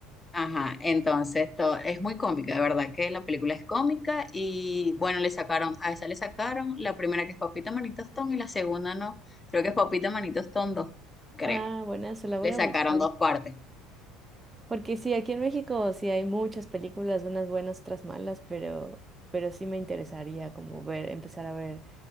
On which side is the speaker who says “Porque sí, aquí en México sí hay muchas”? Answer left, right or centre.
Right